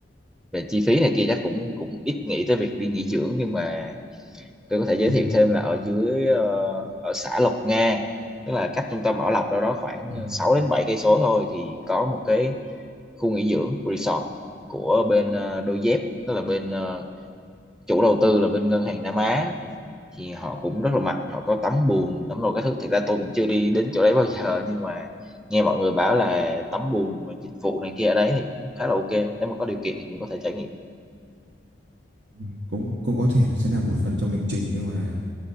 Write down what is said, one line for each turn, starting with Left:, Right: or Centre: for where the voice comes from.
Centre: về chi phí này kia chắc cũng cũng ít nghĩ tới việc đi nghỉ dưỡng nhưng mà tôi có thể giới
Right: ừ,
Centre: thiệu thêm là ở dưới ờ, ở xã Lộc Nga tức là cách trung tâm Bảo Lộc đâu đó khoảng
Right: ừ.
Centre: 6 đến 7 cây số thôi thì có một cái khu nghỉ dưỡng resort của bên ờ, Đôi Dép tức là bên ờ, chủ đầu tư là bên ngân hàng Nam Á thì họ cũng rất là mạnh họ có tắm bùn tắm đồ các thứ thực ra tôi cũng chưa đi đến chỗ đấy bao giờ nhưng mà nghe mọi người bảo là tắm bùn và dịch vụ này kia ở đấy thì cũng khá là ok nếu mà có điều kiện thì cũng có thể trải nghiệm
Right: Ừ, cũng cũng có thể là sẽ là một phần trong lịch trình nhưng mà